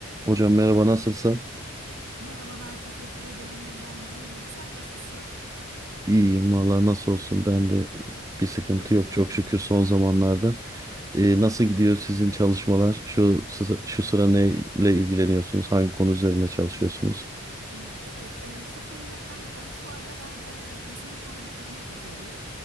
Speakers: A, on the right; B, on the right.
A: Hocam merhaba nasılsın?
B: Merhabalar, teşekkür ederim İbrahim. İyiyim. Sen nasılsın?
A: İyiyim valla nasıl olsun ben de bir sıkıntı
B: Çok
A: yok
B: güzel,
A: çok
B: sevindim.
A: şükür son zamanlarda. Ee, nasıl gidiyor sizin çalışmalar? Şu sı- şu sıra neyle ilgileniyorsunuz? Hangi konu üzerinde çalışıyorsunuz?
B: E, Evet, e, şu konuda ben e, şu ara ben e, tezimi tam bitirmek üzereyim.